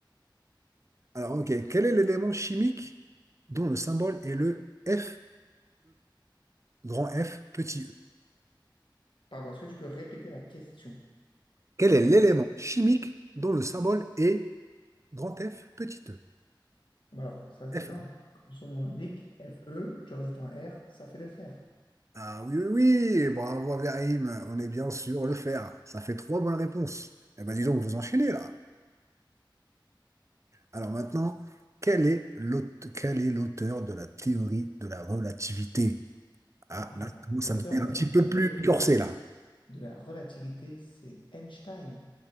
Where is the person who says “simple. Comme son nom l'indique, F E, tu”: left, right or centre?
Left